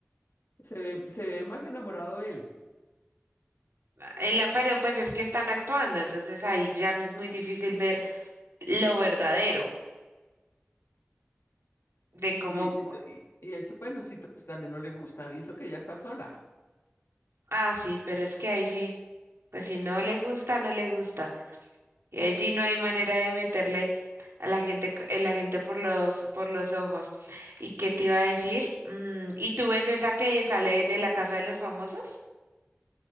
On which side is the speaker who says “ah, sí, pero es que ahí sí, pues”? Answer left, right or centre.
Right